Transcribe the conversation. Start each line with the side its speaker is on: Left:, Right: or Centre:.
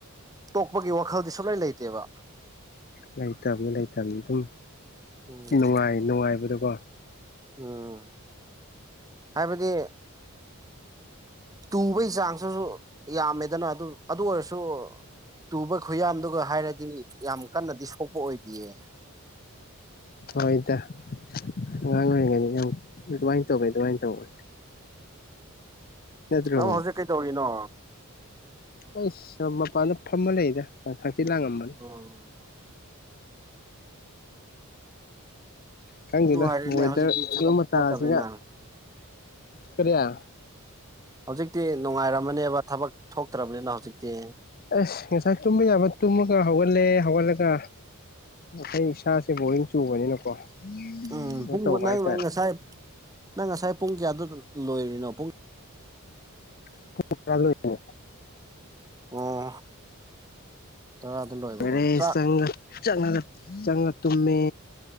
Right: ꯇꯣꯛꯄꯒꯤ ꯋꯥꯈꯜꯗꯤ ꯁꯨꯡꯂꯩ ꯂꯩꯇꯦꯕ
Left: ꯂꯩꯇꯕꯅꯤ ꯂꯩꯇꯕꯅꯤ ꯑꯗꯨꯝ
Right: ꯎꯝ
Left: ꯅꯨꯡꯉꯥꯏ ꯅꯨꯡꯉꯥꯏꯕꯗꯀꯣ
Right: ꯎꯝ ꯍꯥꯏꯕꯗꯤ ꯇꯨꯕꯒꯤ ꯆꯥꯡꯁꯨꯁꯨ ꯌꯥꯝꯃꯦꯗꯅ ꯑꯗꯨ ꯑꯗꯨ ꯑꯣꯏꯔꯁꯨ ꯇꯨꯕ ꯈꯨꯌꯥꯟꯗꯨꯒ ꯍꯥꯏꯔꯗꯤ ꯌꯥꯝ ꯀꯟꯅꯗꯤ ꯁꯣꯛꯄ ꯑꯣꯏꯗꯌꯦ
Left: ꯍꯣꯏ ꯏꯗ ꯑꯉꯥꯡ ꯑꯣꯏꯔꯤꯉꯩꯗ ꯌꯥꯝ ꯑꯗꯨꯃꯥꯏꯅ ꯇꯧꯋꯦ ꯑꯗꯨꯃꯥꯏꯅ ꯇꯧꯕꯅꯦ ꯅꯠꯇ꯭ꯔꯣ
Right: ꯅꯪ ꯍꯧꯖꯤꯛ ꯀꯩꯇꯧꯔꯤꯅꯣ
Left: ꯑꯩ ꯃꯄꯥꯟꯗ ꯐꯝꯃ ꯂꯩꯗ ꯍꯛꯆꯤ ꯂꯥꯡꯉꯝꯕꯅꯤ
Right: ꯎꯝ
Left: ꯈꯪꯗꯦꯗ
Right: ꯅꯨꯡꯉꯥꯏꯔꯦꯅꯦ
Left: ꯃꯦꯟꯇꯔ
Right: ꯍꯧꯖꯤꯛꯇꯤ ꯊꯕꯛ
Left: ꯌ ꯃꯇꯥꯁꯤꯒ
Right: ꯆꯠꯇꯕꯅꯤꯅ
Left: ꯀꯔꯤꯌꯥ
Right: ꯍꯧꯖꯤꯛꯇꯤ ꯅꯨꯡꯉꯥꯏꯔꯝꯃꯅꯦꯕ ꯊꯕꯛ ꯊꯣꯛꯇ꯭ꯔꯕꯅꯤꯅ ꯍꯧꯖꯤꯛꯇꯤ
Left: ꯑꯁ ꯉꯁꯥꯏ ꯇꯨꯝꯕ ꯌꯥꯕ ꯇꯨꯝꯃꯒ ꯍꯧꯒꯠꯂꯦ ꯍꯧꯒꯠꯂꯒ ꯑꯩ ꯏꯁꯥꯁꯦ ꯕꯣꯔꯤꯡ ꯆꯨꯕꯅꯤꯅꯀꯣ
Right: ꯎꯝ
Left: ꯀꯩꯅꯣ
Right: ꯄꯨꯡ
Left: ꯇꯧꯕ
Right: ꯅꯪ
Left: ꯍꯥꯏꯇꯥꯔꯦ
Right: ꯉꯁꯥꯏ ꯅꯪ ꯉꯁꯥꯏ ꯄꯨꯡ ꯀꯌꯥꯗ ꯂꯣꯏꯔꯤꯅꯣ ꯄꯨꯡ
Left: ꯆꯣꯏ
Right: ꯑꯣ ꯇꯔꯥꯗ ꯂꯣꯏꯕꯀꯣ
Left: ꯔꯦ
Right: ꯆꯥꯛ
Left: ꯆꯪꯉ ꯆꯪꯉꯒ ꯆꯪꯉ ꯇꯨꯝꯃꯦ